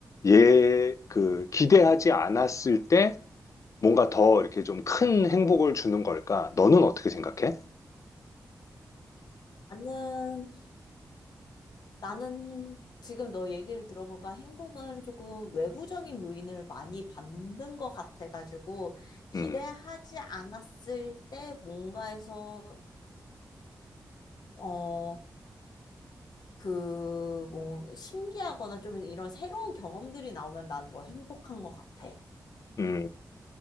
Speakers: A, on the left; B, on the left.
A: 얘 그 기대하지 않았을 때 뭔가 더 이렇게 좀 큰 행복을 주는 걸까? 너는 어떻게 생각해?
B: 나는 나는 지금 너 얘기를 들어보니까 행복은 조금 외부적인 요인을 많이 받는 것 같아가지고 기대하지
A: 음.
B: 않았을 때 뭔가에서 어, 그, 뭐, 신기하거나 좀 이런 새로운 경험들이 나오면 난 더 행복한 것 같아.
A: 음.